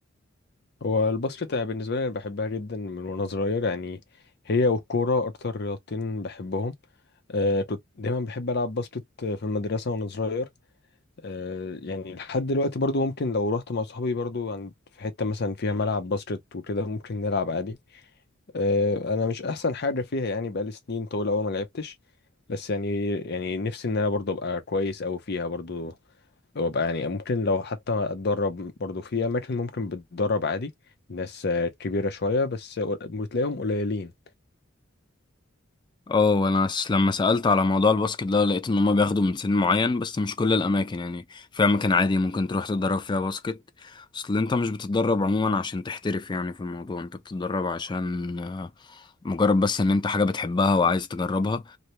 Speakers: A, on the left; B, on the left.
A: هو الباسكت أنا بالنسبة لي أنا بحبها جدا من وأنا صغير يعني هي والكورة أكتر رياضتين بحبهم آه، كنت دايما بحب ألعب باسكت في المدرسة وأنا صغير آه، يعني لحد دلوقتي برضو ممكن لو رحت مع صحابي برضو عند في حتة مثلا فيها ملعب باسكت وكده ممكن نلعب عادي آه، انا مش احسن حاجة فيها يعني بقالي سنين طويلة أوي ما لعبتش بس يعني يعني نفسي ان انا برضو ابقى كويس أوي فيها برضو وابقى يعني ممكن لو حتى اتدرب برضو في اماكن ممكن بتدرب عادي ناس آه، كبيرة شوية بس قل- بتلاقيهم قليلين
B: اه انا س- لما سألت على موضوع الباسكت ده لقيت ان هما بياخدوا من سن معين بس مش كل الاماكن يعني في اماكن عادي ممكن تروح تتدرب فيها باسكت اصل انت مش بتتدرب عموما عشان تحترف يعني في الموضوع انت بتتدرب عشان آه، مجرد بس ان انت حاجة بتحبها وعايز تجربها